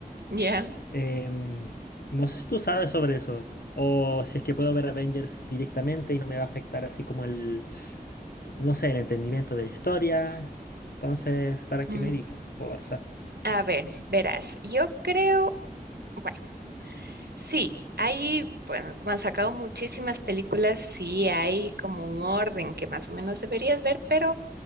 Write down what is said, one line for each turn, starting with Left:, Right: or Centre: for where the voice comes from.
Right: ¿Ya?
Left: Em, no sé si tú sabes sobre eso, o si es que puedo ver Avengers directamente y no me va a afectar así como el, no sé, el entendimiento de la historia. Entonces, para
Right: Mm.
Left: que me digas, porfa.
Right: A ver, verás, yo creo, bueno, sí, hay, bueno, como han sacado muchísimas películas, sí hay como un orden que más o menos deberías ver, pero